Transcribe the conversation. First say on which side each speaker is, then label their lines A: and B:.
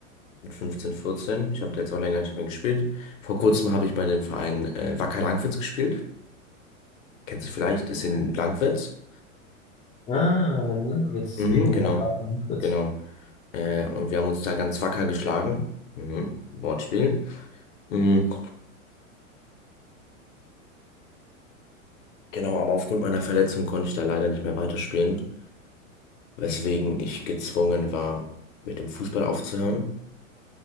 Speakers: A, on the left; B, on the left.
A: Mit 15 14. Ich habe da jetzt auch länger nicht mehr gespielt. Vor kurzem habe ich bei dem Verein äh, Wacker Langwitz gespielt. Kennst du vielleicht? Ist in Langwitz.
B: Ah, in Lankwitz,
A: Mhm,
B: wegen
A: genau.
B: Wacker und Lankwitz.
A: Genau. Äh, und wir haben uns da ganz wacker geschlagen. Mhm, Wortspiel. Mhm, genau, aber aufgrund meiner Verletzung konnte ich da leider nicht mehr weiterspielen, weswegen ich gezwungen war, mit dem Fußball aufzuhören.